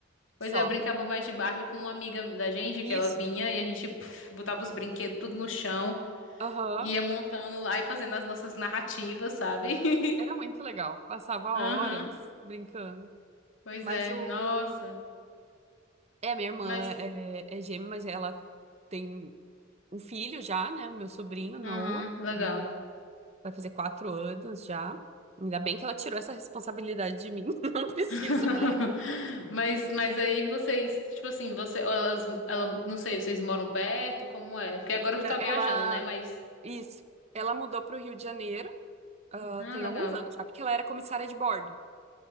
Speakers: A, on the left; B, on the right.
A: Pois
B: só.
A: é, eu brincava mais de Barbie com uma amiga da gente,
B: Isso.
A: que ela vinha e a gente puf, botava os brinquedos tudo no chão,
B: Aham.
A: ia montando lá e fazendo as nossas narrativas, sabe? <laughs>
B: Era muito legal. Passava
A: Aham.
B: horas brincando.
A: Pois
B: Mas
A: é,
B: o.
A: nossa.
B: É, minha irmã
A: Mas,
B: é, é gêmea, mas ela tem um filho já, né? O meu sobrinho, Noah,
A: aham, legal.
B: que vai fazer quatro anos já. Ainda bem que ela tirou essa responsabilidade de mim. <laughs> Não preciso
A: <laughs>
B: mais.
A: Mas, mas aí vocês, tipo assim, você, elas, ela, não sei, vocês moram perto, como é? Porque agora
B: Na-
A: tu tá
B: Ela.
A: viajando, né? Mas,
B: Isso. Ela mudou para o Rio de Janeiro, ah,
A: ah,
B: tem
A: legal.
B: alguns anos já, porque ela era comissária de bordo.